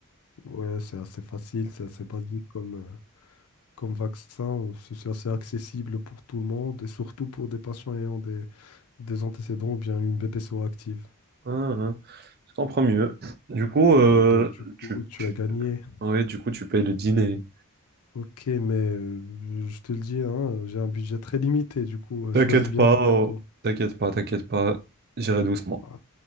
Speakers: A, on the left (about 85°); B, on the right (about 45°).
A: Ouais, c'est assez facile, c'est assez basique comme, euh, comme vaccin. C'est c'est assez accessible pour tout le monde et surtout pour des patients ayant des, des antécédents ou bien une BPCO active.
B: Hein, hein. Je comprends mieux. Du coup, euh,
A: Bah, bah, du coup,
B: tu,
A: tu
B: tu...
A: as gagné.
B: ouais, du coup, tu payes le dîner.
A: Ok, mais euh, je te le dis, hein, j'ai un budget très limité, du coup, euh,
B: T'inquiète
A: choisis bien
B: pas,
A: ton resto.
B: oh, T'inquiète pas, t'inquiète pas, j'irai doucement.
A: Ouais,